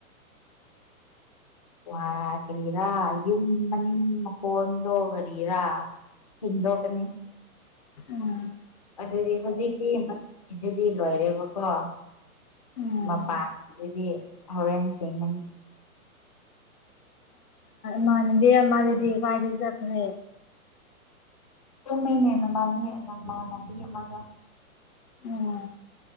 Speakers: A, on the left; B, on the left.
A: <unintelligible>
B: ꯑꯋꯥꯔꯤꯔꯥ ꯌꯃ ꯅꯤꯡꯃ ꯀꯗꯒꯔꯤꯔꯥ ꯁꯤꯦꯡꯗꯣꯛꯀꯅꯤ
A: ꯎꯝ
B: ꯑꯗꯨꯗꯤ ꯍꯧꯖꯤꯛꯇꯤꯗꯨꯗꯤ ꯂꯣꯏꯔꯦꯕꯀꯣ
A: ꯎꯝ
B: ꯃꯄꯥꯥꯟꯗꯤ ꯍꯣꯔꯦꯟ ꯁꯦꯡꯒꯅꯤ
A: ꯃꯥꯅꯦꯕꯦꯝ ꯃꯥꯔꯤꯗꯤ ꯀꯥꯏꯗ ꯆꯠꯈ꯭ꯔꯦ
B: ꯇꯨꯝꯃꯦꯅꯦ ꯅꯕꯥꯅꯤ ꯅꯃ ꯂꯝꯕꯤ ꯑꯃꯒ
A: ꯑꯣ